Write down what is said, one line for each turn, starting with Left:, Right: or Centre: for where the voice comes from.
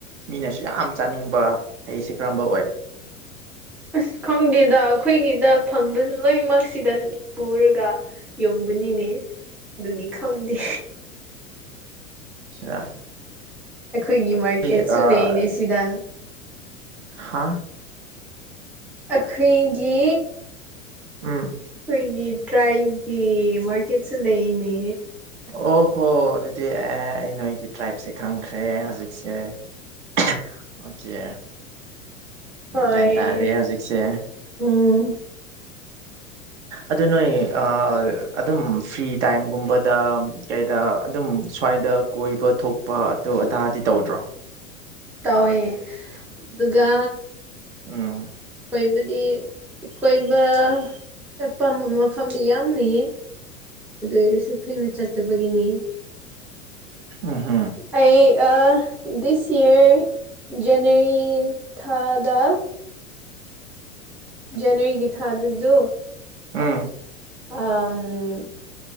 Right: ꯃꯤꯅꯁꯨ ꯌꯥꯝ ꯆꯥꯅꯤꯡꯕ ꯍꯩꯁꯦ ꯀꯔꯝꯕ ꯑꯣꯏ
Centre: ꯑꯁ ꯈꯪꯗꯦꯗ ꯑꯩꯈꯣꯏꯒꯤꯗ ꯐꯪꯗꯔꯁꯨ ꯂꯣꯏꯅꯃꯛꯁꯤꯗ ꯄꯨꯔꯒ ꯌꯣꯡꯕꯅꯤꯅꯦ ꯑꯗꯨꯒꯤ ꯈꯪꯗꯦ
Right: ꯑꯆꯥ
Centre: ꯑꯩꯈꯣꯏꯒꯤ ꯃꯥꯔꯀꯦꯠꯁꯨ
Right: ꯑ
Centre: ꯂꯩꯅꯦ ꯁꯤꯗ
Right: ꯍꯥꯥ
Centre: ꯑꯩꯈꯣꯏꯒꯤ
Right: ꯎꯝ
Centre: ꯑꯩꯈꯣꯏꯒꯤ ꯇ꯭ꯔꯥꯏꯕꯒꯤ ꯃꯥꯔꯀꯦꯠꯁꯨ ꯂꯩꯅꯦ
Right: ꯑꯣ ꯍꯣ ꯑꯗꯨꯗꯤ ꯑꯦ ꯑꯩ ꯅꯣꯏꯒꯤ ꯇ꯭ꯔꯥꯏꯞꯁꯦ ꯈꯪꯈ꯭ꯔꯦ ꯍꯧꯖꯤꯛꯁꯦ <unintelligible> ꯑꯣꯀꯦ
Centre: ꯍꯣꯏ
Right: ꯒ꯭ꯌꯥꯟ ꯇꯥꯔꯦ ꯍꯧꯖꯤꯛꯁꯦ
Centre: ꯎꯝ
Right: ꯑꯗꯨ ꯅꯣꯏ ꯑ ꯑꯗꯨꯝ ꯐ꯭ꯔꯤ ꯇꯥꯏꯝꯒꯨꯝꯕꯗ ꯀꯩꯗ ꯑꯗꯨꯝ ꯁ꯭ꯋꯥꯏꯗ ꯀꯣꯏꯕ ꯊꯣꯛꯄ ꯑꯗꯣ ꯑꯗꯥꯗꯤ ꯇꯧꯗ꯭ꯔꯣ
Centre: ꯇꯧꯋꯦ ꯑꯗꯨꯒ
Right: ꯑꯣ
Centre: ꯀꯣꯏꯕꯗꯤ ꯀꯣꯏꯕ ꯆꯠꯄ ꯃꯐꯝꯗꯤ ꯌꯥꯝ ꯂꯩꯌꯦ ꯑꯗꯨ ꯑꯣꯏꯔꯁꯨ ꯀꯣꯏꯅ ꯆꯠꯇꯕꯒꯤꯅꯤ
Right: ꯎ ꯍꯝ
Centre: ꯑꯩ ꯗꯤꯁ ꯌꯔ ꯖꯅꯔꯤ ꯊꯥꯗ ꯖꯅꯋꯥꯔꯤꯒꯤ ꯊꯥꯗ ꯑꯗꯨ
Right: ꯎꯝ
Centre: ꯎ